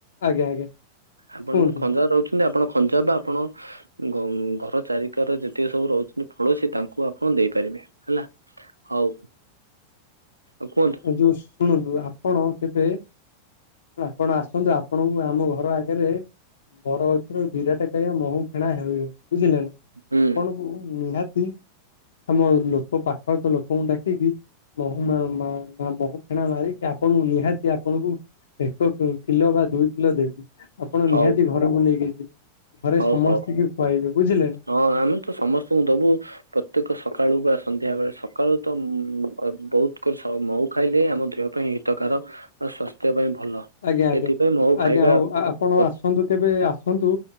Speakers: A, on the left; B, on the right.
A: ଆଜ୍ଞା ଆଜ୍ଞା।
B: ଆପଣ
A: କୁହନ୍ତୁ
B: ଖଞ୍ଜା ରେ ରଉଛନ୍ତି, ଆପଣ ଖଞ୍ଜା ରୁ ଆପଣ। ଘଂ ଘର ଚାରିକର ଯେତିକ ସବୁ ରହୁଚନ୍ତି ପଡୋସି ତାଙ୍କୁ ଆପଣ ଦେଇପାରିବେ। ହେଲା, ହଉ, ଆଉ କୁହନ୍ତୁ।
A: ଏ ଯୋଉ ଶୁଣନ୍ତୁ, ଆପଣ କେବେ। ଆପଣ ଆସନ୍ତୁ, ଆପଣଙ୍କୁ ଆମ ଘର ଆଗରେ। ବର ଗଛରେ ବିରାଟା କାୟା ମହୁ ଫେଣା ହେଲେ୍ ବୁଝିଲେ ନା।
B: ହୁଁ।
A: ମୁଁ ନିହାତି। ଆମ ଲୋକ ପାଖ ଆଖ ଲୋକଙ୍କୁ ଡାକିକି ମହୁ ମା, ମା ହଁ ମହୁ ଫେଣା ମାରିକି ଆପଣଙ୍କୁ ନିହାତି ଆପଣଙ୍କୁ। ଏକ କ କିଲୋ ବା ଦୁଇ କିଲୋ ଦେବି। ଆପଣ
B: ହଉ
A: ନିହାତି ଘରକୁ ନେଇକି ଯିବେ, ଘରେ
B: ହଉ
A: ସମସ୍ତିଙ୍କି
B: ହଉ।
A: ଖୁଆଇବେ ବୁଝିଲେ ନା।
B: ହଁ ଆମେ ତ ସମସ୍ତଙ୍କୁ ଦବୁ। ପ୍ରତ୍ୟେକ ସକାଳୁ ବା ସନ୍ଧ୍ୟା ବେଳେ ସକାଳୁ ତ ଉଁ ବହୁତ୍ କରି ମହୁ ଖାଇଲେ ଆମ ଦେହ ପାଇଁ ହିତ କାର ଓ ସ୍ୱାସ୍ଥ୍ୟ ପାଇଁ ଭଲ।
A: ଆଜ୍ଞା
B: ସେଥିପାଇଁ
A: ଆଜ୍ଞା
B: ମହୁ
A: ଆଜ୍ଞା
B: ଖାଇବା
A: ହଉ ଆପଣ
B: ପ୍ର-
A: ଆସ୍ ନ୍ତୁ କେବେ ଆସନ୍ତୁ